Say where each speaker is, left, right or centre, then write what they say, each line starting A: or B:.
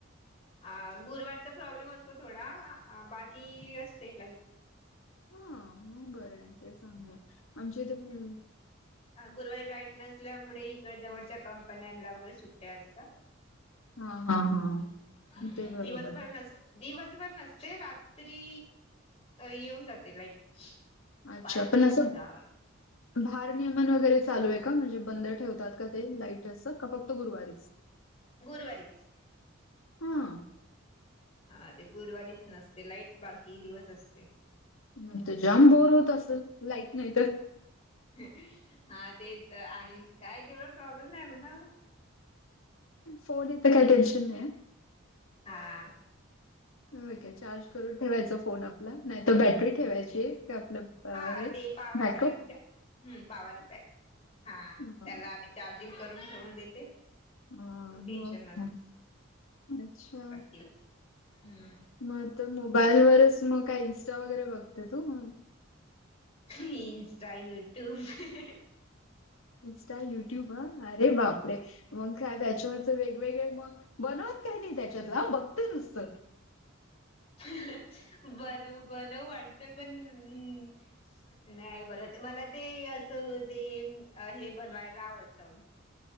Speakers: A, on the left; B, on the left.
A: अ गुरुवारचा प्रॉब्लेम असतो थोडा बाकी असते लाईट.
B: हा मग बरं आहे ते सांगा आमच्या इथे पण्,
A: गुरुवारीची लाईट नसल्यामुळे इकड्या जवळच्या कंपन्यांला वगैरे सुट्ट्या असतात.
B: हा हा हा
A: हं
B: ते बरोबर
A: दिवसभर
B: आहे
A: नसते. दिवसभर नसते, रात्री. येऊन जाते लाईट.
B: अच्छा
A: पाच
B: पण असं
A: सहा वाजता
B: भार नियमन वगैरे चालू आहे का, म्हणजे बंद ठेवतात का ते लाईट अस, का फक्त गुरुवारीच. ह..
A: गुरुवारीच.
B: हं.
A: हा ते गुरुवारीच नसते लाईट, बाकी दिवस असते.
B: मग तर जाम बोर होत असल, लाईट नाही तर.
A: हा ते तर आहे, काय तेवढं प्रॉब्लेम नाही म्हणा.
B: फोन हे तर काही टेंशन नाही अं.
A: हा...
B: ओके चार्ज करून ठेवायचा फोन आपला, नाही तर बॅटरी ठेवायची, हे आपलं अ,
A: हा
B: हे
A: ते power
B: backup
A: bank, power bank, हा
B: हां,
A: त्याला आम चार्जिंग करून ठेवून देते.
B: हा
A: टेन्शन
B: हो अच्छा.
A: नसत हम्म.
B: मग तर मोबाईल वरच मग काय इन्स्टा वगैरे बघते तू, हं.
A: हं इन्स्टा युट्यूब हं हं.
B: इन्स्टा युट्यूब ह अरे बापरे! मग का त्याच्यावर वेगवेगळे मग,, बनवत काय नाही त्याच्यातला बघते नुसतं.
A: हंं हं बनव बनवू वाटतं पण अ म् नाही बर मला ते असं ते, हे बनवायला आवडतं.